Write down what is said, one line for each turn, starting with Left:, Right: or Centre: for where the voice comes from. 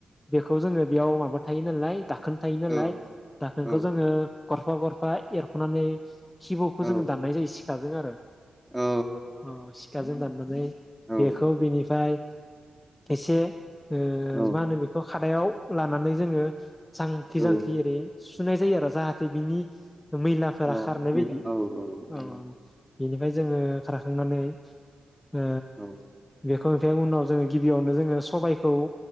Left: बेखौ जोङो बेयाव माबा थायो नालाय दाख खोन थायो नालाय
Centre: औ
Left: दाखोनखौ
Centre: औ
Left: जोङो गरफा गर फाइ एरखनानै खिबुखौ
Centre: औ
Left: जोङो दाननाय जायो सि थाजों आरो।
Centre: औ
Left: अ सि सिखाजों दाननानै
Centre: औ
Left: बेखौ बिनिफाय एसे ओ
Centre: औ
Left: मा होनो बेखौ खादायाव लानानै जोङो जांखि
Centre: औ
Left: जांखि एरै सुनाय जायो आरो जाहाथे बिनि मैलाफोरा
Centre: औ
Left: खारनाय
Centre: मैला
Left: बायदि
Centre: औ उम
Left: औ औ बेनिफ्राय जोङो खारखांनानै ओ
Centre: औ
Left: बेख खौ ओमफाय उनाव जोङो गिबियावनो जोङो सबायखौ